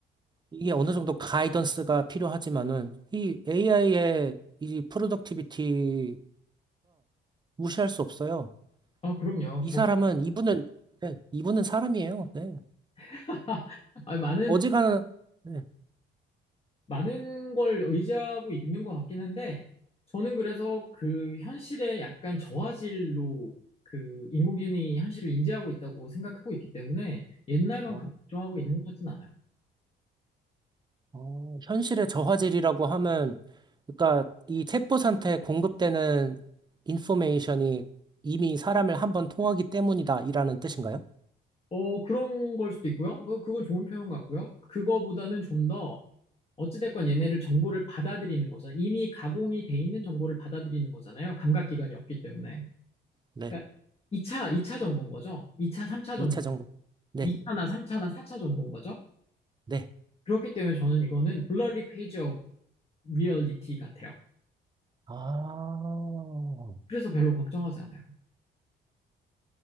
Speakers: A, on the right (about 20°); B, on the left (about 30°).
A: 이게 어느 정도 가이던스가 필요하지만은 이 AI의 이 프로덕티비티가 무시할 수 없어요.
B: 아, 그럼요.
A: 이
B: 저도요.
A: 사람은 이분은 네, 이분은 사람이에요. 네.
B: <laughs> 아, 많은
A: 어지간한 네.
B: 많은 걸 의지하고 있는 것 같긴 한데, 저는 그래서 그 현실에 약간 저화질로 그 인공지능이 현실을 인지하고 있다고 생각하고 있기 때문에 옛날만큼
A: 어,
B: 걱정하고 있는 것 같진 않아요.
A: 어, 현실의 저화질이라고 하면 그러니까 이 챗봇한테 공급되는 인포메이션이 이미 사람을 한번 통하기 때문이다 이라는 뜻인가요?
B: 어, 그런 걸 수도 있고요. 뭐, 그건 좋은 표현 같고요. 그거보다는 좀 더, 어찌됐건 얘네를 정보를 받아들이는 거죠. 이미 가공이 돼 있는 정보를 받아들이는 거잖아요. 감각기관이 없기 때문에.
A: 네.
B: 그러니까 이차 2차 정보인 거죠. 2차, 3차
A: 2차
B: 정보.
A: 정보. 네.
B: 2차나 3차나 4차 정보인 거죠.
A: 네.
B: 그렇기 때문에 저는 이거는 blurry page of reality 같아요.
A: 아.
B: 그래서 별로 걱정하지 않아요.